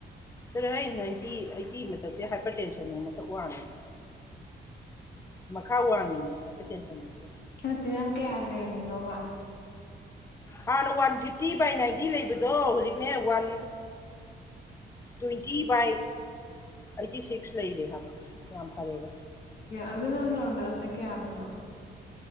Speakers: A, on the left (about 15°); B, on the left (about 60°).
A: ꯇꯔꯦ ꯑꯩ ꯅꯥꯏꯟꯇꯤ ꯑꯩꯠꯇꯤ ꯃꯊꯛꯇꯤ ꯍꯥꯏꯄꯔ ꯇꯦꯟꯁꯟꯅꯦ ꯃꯊꯛ ꯋꯥꯡꯉꯤꯅꯦ꯫ ꯃꯈꯥ ꯋꯥꯡꯉꯤꯅꯦ ꯍꯥꯏꯄꯔ ꯇꯦꯟꯁꯟꯁꯦ
B: ꯅꯠꯇꯦ ꯅꯪ ꯀꯌꯥ ꯂꯩꯔꯝ ꯃꯤꯅꯣꯕ
A: ꯍꯥꯟꯅ ꯋꯥꯟ ꯐꯤꯐꯇꯤ ꯕꯥꯏ ꯅꯥꯏꯟꯇꯤ ꯂꯩꯕꯗꯣ ꯍꯧꯖꯤꯛꯅꯦ one twenty by eighty six ꯂꯩꯔꯦ ꯍꯥꯏꯕ ꯌꯥꯝ ꯐꯔꯦꯕ꯫
B: ꯑꯗꯨꯅ ꯅꫭꯔꯝ ꯃꯦꯜꯁꯦ ꯀꯌꯥꯗꯅꯣ